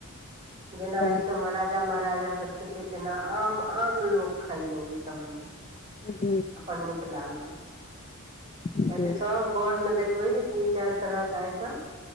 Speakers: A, on the right; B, on the left.
A: जेना
B: तऽ
A: एहि सबमे राखी जे महाराजा सब खेतेय तेना आम आम लोक खाइये लोक ओहि सबमे
B: ह ज <unintelligible>
A: अपन मिथिलामे
B: जी
A: कते सब घर में देखबे जे तीन चार तरह के आइटम